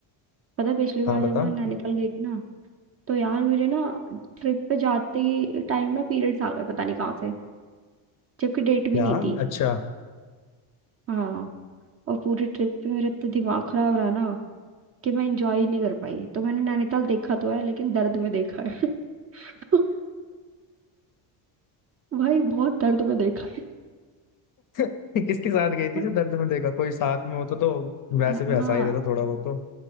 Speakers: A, on the right (about 30°); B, on the left (about 45°).
A: पता है पिछली बार
B: हाँ बता
A: जब मैं नैनीताल गई थी ना तो यार मेरे ना ट्रिप पे जाते ही टाइम ना पीरियड्स आ गए पता नहीं कहाँ से जबकि डेट भी
B: क्या
A: नहीं थी
B: अच्छा
A: हाँ और पूरी ट्रिप पे मेरा इतना दिमाग खराब रहा ना कि मैं इंजॉय ही नहीं कर पाई तो मैंने नैनीताल देखा तो है लेकिन दर्द में देखा है <laughs> तो भाई बहुत दर्द में देखा है
B: <laughs> किसके साथ गई थी
A: <laughs> और,
B: जो दर्द में देखा कोई साथ में होता तो तो वैसे
A: अ,
B: भी हंसा
A: हाँ
B: ही देता थोड़ा बहुत तो